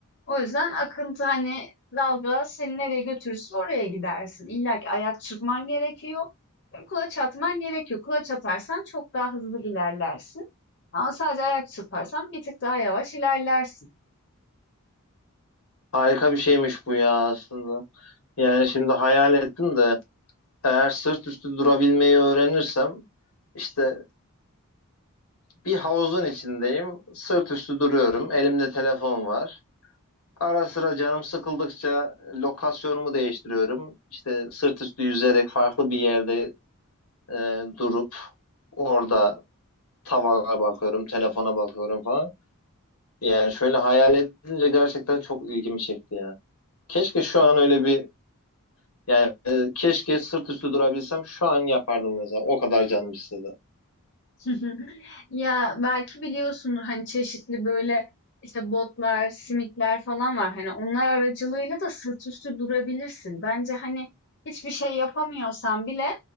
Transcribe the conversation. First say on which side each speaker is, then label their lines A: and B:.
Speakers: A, on the left; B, on the left.
A: o yüzden akıntı hani dalga seni nereye götürürse oraya gidersin. İlla ki ayak çırpman gerekiyor. Kulaç atman gerekiyor. Kulaç atarsan çok daha hızlı ilerlersin. Ama sadece ayak çırparsan bir tık daha yavaş ilerlersin.
B: harika bir şeymiş bu ya aslında. Yani şimdi hayal ettim de eğer sırt üstü durabilmeyi öğrenirsem işte bir havuzun içindeyim sırt üstü duruyorum elimde telefon var. Ara sıra canım sıkıldıkça lokasyonumu değiştiriyorum. İşte sırt üstü yüzerek farklı bir yerde e, durup orada tavana bakıyorum, telefona bakıyorum falan. Yani şöyle hayal edince gerçekten çok ilgimi çekti ya. Keşke şu an öyle bir yani e, keşke sırt üstü durabilsem şu an yapardım mesela. O kadar canım istedi.
A: Hı hı. Ya belki biliyorsundur hani çeşitli böyle işte botlar, simitler falan var. Hani onlar aracılığıyla da sırt üstü durabilirsin. Bence hani hiçbir şey yapamıyorsan bile